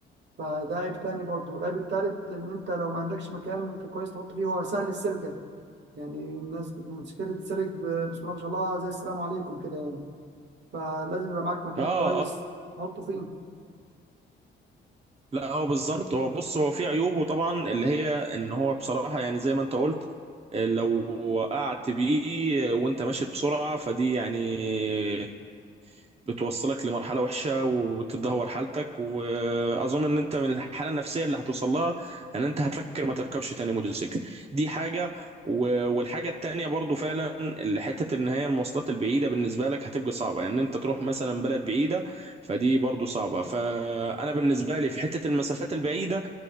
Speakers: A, on the right; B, on the right.
A: فده عيب تاني برضه العيب التالت إن أنت لو ما عندكش مكان كويس تحط فيه هو سهل السرقة يعني الناس بتتسرق تتسرق ب- بسم الله ما شاء الله زي السلام عليكم كده يعني فلازم يبقى معاك مكان
B: اه
A: كويس
B: اه
A: تحطه فيه
B: لا هو بالظبط هو بص هو في عيوبه طبعا اللي هي ان هو بصراحة يعني زي ما انت قلت آه، لو وقعت بيه وانت ماشي بسرعة فدي يعني بتوصلك لمرحلة وحشة وبتدهور حالتك وأظن إن أنت من الحالة النفسية اللي هتوصل لها إن أنت هتفكر ما تركبش تاني موتوسيكل دي حاجة و- والحاجة التانية برضو فعلا اللي حتة إن هي المواصلات البعيدة بالنسبة لك هتبقى صعبة يعني إن أنت تروح مثلا بلد بعيدة فدي برضو صعبة فأنا بالنسبة لي في حتة المسافات البعيدة